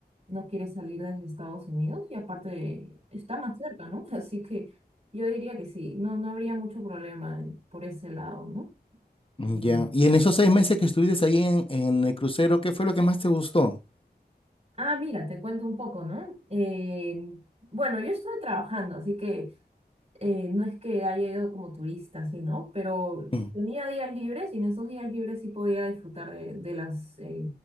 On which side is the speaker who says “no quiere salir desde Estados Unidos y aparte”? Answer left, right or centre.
Right